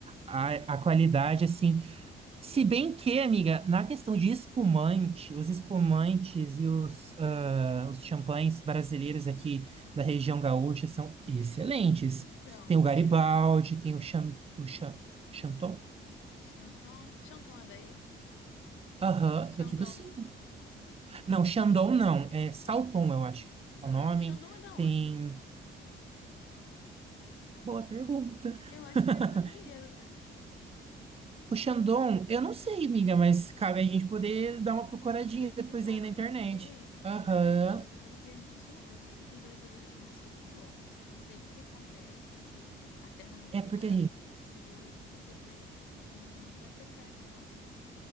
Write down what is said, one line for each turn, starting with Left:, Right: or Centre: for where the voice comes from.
Right: a, a qualidade, assim, Se bem que, amiga, na questão de espumante, os espumantes e os, ah, os champanhes brasileiros aqui da região gaúcha são excelentes.
Left: Então,
Right: Tem o Garibaldi,
Left: é.
Right: tem o, Chan, o Chan, Chanton?
Left: Xandão. Xandão é daí?
Right: Aham,
Left: Xandão.
Right: aqui do sul. Não, Chandon não, é Salton, eu acho que
Left: Ah,
Right: é o nome.
Left: o Xandão é da onde?
Right: Tem. Boa pergunta.
Left: Eu
Right: <laughs>
Left: acho que ele é brasileiro, né?
Right: O Chandon, eu não sei, amiga, mas cabe a gente poder dar uma procuradinha
Left: Pesquisar,
Right: depois aí
Left: dá
Right: na internet.
Left: um Google aí.
Right: Aham.
Left: Mas então, eu também não queria admitir, não, mas os vinhos brasileiros não são tão bons. Não sei o que que acontece, se a terra não está preparada
Right: É porque
Left: para produzir boas uvas, mas não me apetece, não.